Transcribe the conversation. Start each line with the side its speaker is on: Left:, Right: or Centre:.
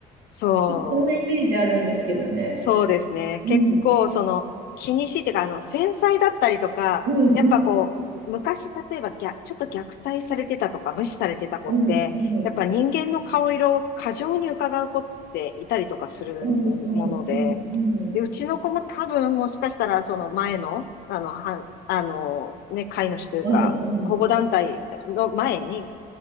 Left: そう。
Right: そんなイメージあるんですけどね。
Left: そうですね。
Right: うん、
Left: 結構、その、気にしいっていうか、あの、繊細だったりとか、
Right: うん、
Left: やっぱこう、
Right: うん、
Left: 昔、例えばぎゃ、ちょっと虐待されてたとか、無視されてた子って、
Right: うん、うん、
Left: やっぱ人間の顔色を過剰に伺う子っていたりとかするもので、
Right: うん、うん、うん、うん、うん、
Left: で、うちの子も多分、もしかしたら、その前の、あの、はん、あの、ね、飼い主というか、
Right: うん、うん、
Left: 保護団体の前に、